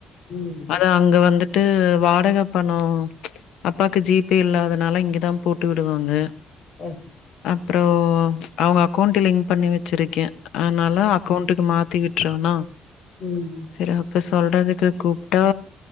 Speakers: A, on the left (about 55°); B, on the left (about 80°).
A: ம்
B: அது அங்க வந்துட் ட்டு வாடக பணம் அப்பாக்கு ஜிபே இல்லாதனால இங்கதா போட்டு விடுவாங்க
A: சரி
B: அப்றோ அவங்க அக்கௌண்ட லிங்க் பண்ணி வச்சிருக்கே அதனால அக்கௌண்ட்டுக்கு மாத்திட்டு விட்றுவனா
A: ம்
B: சரி அப்ப சொல்றதுக்கு கூப்ட்டா